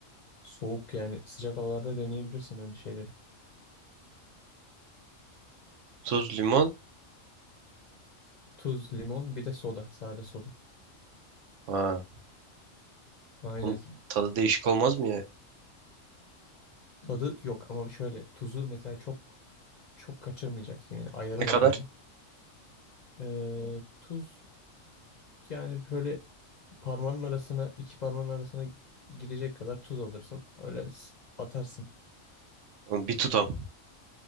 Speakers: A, on the left; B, on the right.
A: Soğuk yani sıcak havalarda deneyebilirsin öyle şeyleri.
B: Tuz, limon.
A: Tuz, limon bir de soda. Sade soda.
B: Ha,
A: Aynen.
B: bunun tadı değişik olmaz mı ya?
A: Tadı yok ama şöyle tuzu mesela çok çok kaçırmayacaksın yani ayarı
B: Ne kadar?
A: var onun. Ee, tuz yani böyle parmağının arasına iki parmağın arasına girecek kadar tuz alırsın. Öyle s- atarsın.
B: Onu bir tutam.